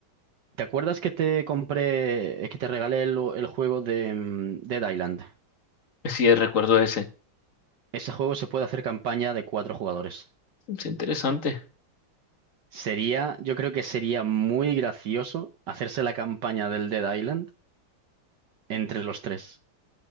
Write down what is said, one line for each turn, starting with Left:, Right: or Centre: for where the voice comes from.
Right: ¿Te acuerdas que te compré, eh, que te regalé el, el juego de, mm, Dead Island?
Left: Sí, recuerdo ese.
Right: Ese juego se puede hacer campaña de cuatro jugadores.
Left: Es interesante,
Right: Sería, yo creo que sería muy gracioso hacerse la campaña del Dead Island entre los tres.